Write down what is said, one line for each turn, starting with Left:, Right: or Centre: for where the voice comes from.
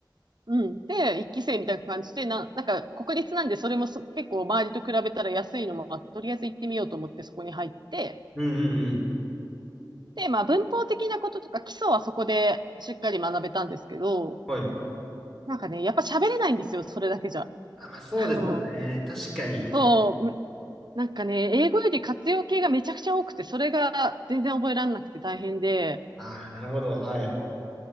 Right: うん。で、一期生みたいな感じで、な、なんか国立なんでそれもす結構周りと比べたら安いのもあって、とりあえず行ってみようと思ってそこに入って、
Centre: うんうんうん。
Right: で、まあ文法的なこととか基礎はそこでしっかり学べたんですけど、
Centre: はい。
Right: なんかね、やっぱ喋れないんですよ、それだけじゃ。
Centre: あ、まあそうですよね。
Right: <laughs> あの、
Centre: 確かに。
Right: そう、むなんかね、英語より活用形がめちゃくちゃ多くて、それが全然覚えられなくて大変で、
Centre: ああ、なるほど。はい。